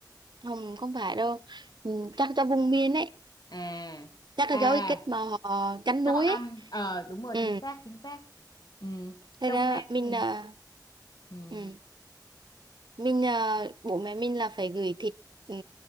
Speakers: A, on the right; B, on the left.
A: không không phải đâu ừ, chắc cho vùng miền ấy
B: À
A: chắc là
B: à
A: do cái cách mà họ chăn
B: cho
A: nuôi
B: ăn
A: ấy
B: ờ đúng rồi
A: ừ
B: chính xác chính xác. Ừ,
A: thế
B: trong
A: ra
B: Nam
A: mình
B: ừ,
A: à,
B: ừ,
A: ừ. mình à, bố mẹ mình là phải gửi thịt ừ,